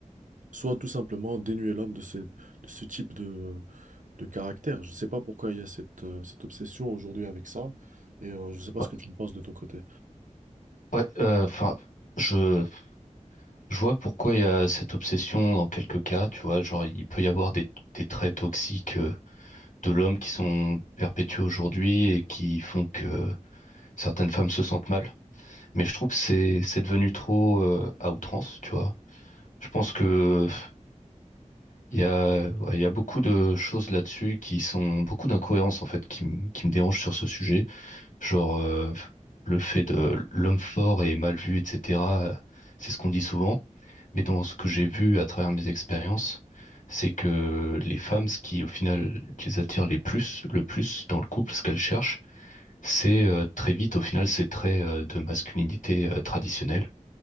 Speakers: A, on the right; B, on the left.
A: soit tout simplement dénuer l'homme de ce de ce type de de caractère. Je ne sais pas pourquoi il y a cette, heu, cette obsession aujourd'hui avec ça et heu, je ne sais pas
B: ouais,
A: ce que tu en penses de ton côté?
B: ouais. euh, Enfin, je, je vois pourquoi il y a cette obsession dans quelques cas. Tu vois, genre il peut y avoir des, des traits toxiques euh, de l'homme qui sont perpétués aujourd'hui et qui font que certaines femmes se sentent mal. Mais je trouve que c'est c'est devenu trop euh, à outrance. Tu vois, je pense que pff, il y a ouais, il y a beaucoup de choses là-dessus qui sont beaucoup d'incohérences en fait qui me qui me dérangent sur ce sujet. Genre, euh, le fait de l'homme fort est mal vu, etc., euh, c'est ce qu'on dit souvent. Mais dans ce que j'ai vu à travers mes expériences, c'est que les femmes, ce qui au final les attire les plus, le plus dans le couple, ce qu'elles cherchent, c'est euh, très vite au final ces traits euh, de masculinité euh, traditionnelle